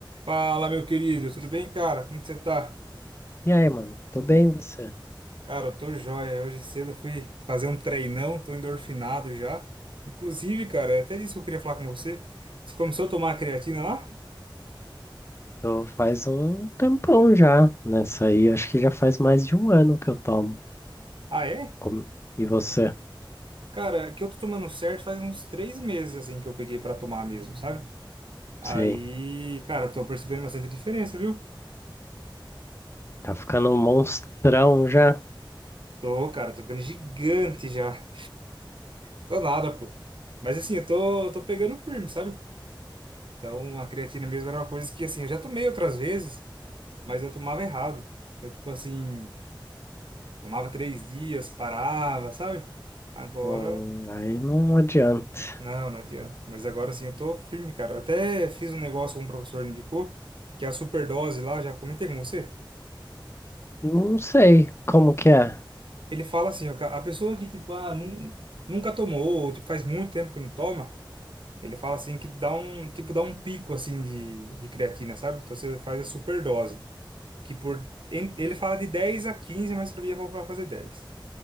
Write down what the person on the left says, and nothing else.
E aí, mano? Tô bem, e você?
Tô faz um tempão já nessa aí. Acho que já faz mais de um ano que eu tomo.
Como- E você?
Sei.
Tá ficando um monstrão já?
Hum, aí não adianta.
Não sei como que é.